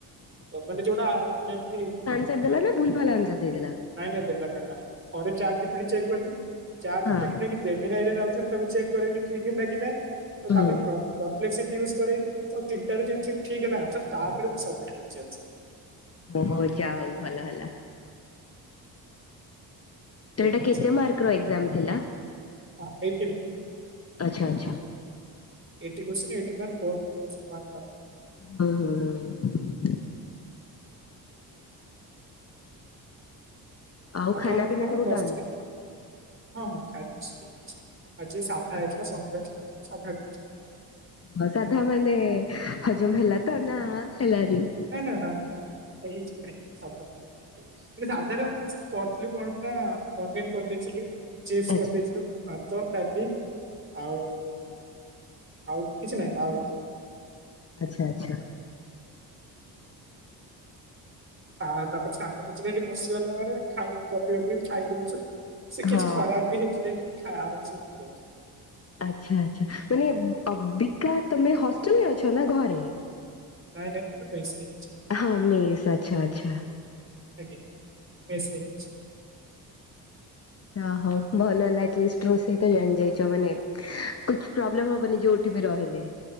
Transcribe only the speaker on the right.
ତ ମାନେ ଯୋଉଟା ମାନେ ଏମତି
ନାଇଁ ନାଇଁ ଦେଲା ଦେଲା, ଥରେ chat G P T check କଲି, ଚାର ଜି
ପି ଡି ନେଇକି <unintelligible> ଋଋ ତାକୁ ଚେକ୍ କରେଇଲି ଠିକ ହେଲା କି ନାଇଁ ତ ତାପରେ
ବ୍ଲକ <unintelligible> ହେଲା ତାପରେ ମୁଁ ସବମିଟ କରି ଚାଲିଛି।
ସେଇ
ଜିନିଷ
ପାଇଁ
<unintelligible>
ଏଇଟି ପର୍ସେଣ୍ଟ ଏଇଟି <inaudible>
ଆପଣଙ୍କର
କଣ
ପ୍ଲସ୍
ଥ୍ରୀ? ହଁ ହଁ ଖାଇବସିଛି। ଆଜି ସାଧା ହେଇଥିଲା, ଶନିବାର ଥିଲା ତ, ସାଧା କରିଥିଲେ।
ନା ନା ନା ନା ହେଇଯିବ ହେଇଯିବ, ସାଧା ହେଇଯିବ ସାଧାରେ କଣ ନା ପନିର କରିଦେଇଥିଲୁ, ଚିପ୍ସ
କରିଦେଇଥିଲୁ। ଭାତ, ଡାଲି ଆଉ, ଆଉ କିଛି ନାହିଁ ଆଉ
ତାପରେ ସାଙ୍ଗସଥି ସେଠି ବସିିଗଲା ବେଳେ, ଖାଇକି ଗପି ଗପି ଖାଇ ଦଉଛନ୍ତି। ସେ କିଛି
ଖରାପ ବି ହେଇଥିଲେ ବି ଖ ଆରାମ ସେ ହେଇଯାଉଛି।
ନାଇଁ ନାଇଁ ମୁଁ ଏବେ ମେସ୍ ରେ ଅଛି।
ଆଜ୍ଞା, ମେସରେ ଅଛି।